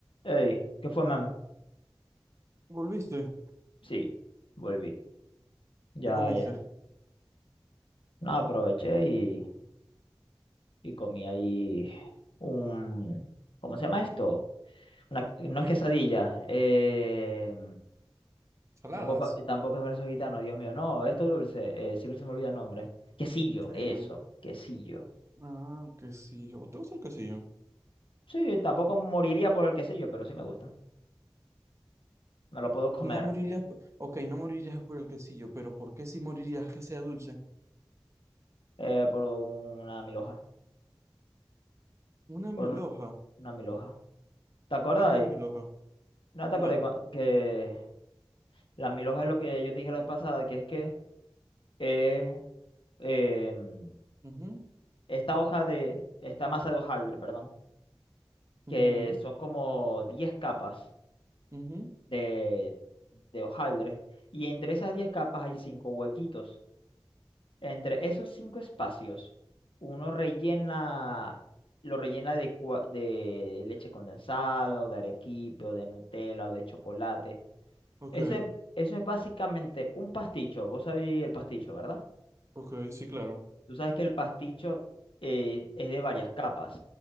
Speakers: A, on the left; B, on the right.
A: Ey, ¿qué fue, man?
B: ¿Volviste?
A: Sí, volví. Ya,
B: ¿Qué comiste?
A: ya. No, aproveché y, y comí ahí un... ¿Cómo se llama esto? Una, no
B: ¿Qué?
A: es quesadilla. eh,
B: ¿Saladas?
A: tampoco, tampoco es verso gitano, Dios mío. No, esto dulce. eh, siempre se me olvida el nombre. Quesillo,
B: ¿Qué?
A: eso. Quesillo.
B: Ah, quesillo. ¿Te gusta el quesillo?
A: Sí, tampoco moriría por el quesillo, pero sí me gusta. Me lo puedo comer
B: No morirías, p- ok, no morirías por el quesillo, pero ¿por qué si morirías que sea dulce?
A: eh, por una milhoja.
B: Una
A: Por
B: milhoja.
A: un- una milhoja. ¿Te acordáis?
B: ¿Qué es una milhoja?
A: No te
B: No.
A: acordé que... Las mil hojas es lo que yo te dije la vez pasada, que es que es em,
B: Mhm.
A: esta hoja de, esta masa de hojaldre, perdón, que
B: Mhm.
A: son como 10 capas
B: Mhm.
A: de, de hojaldre, y entre esas 10 capas hay cinco huequitos. Entre esos cinco espacios, uno rellena, lo rellena de, cua- de leche condensada, o de arequipe, o de Nutella, o de chocolate.
B: Ok,
A: Eso es, eso es básicamente un pasticho. Vos sabéis el pasticho, ¿verdad?
B: ok, sí, claro.
A: Tú sabes que el pasticho eh, es de varias capas.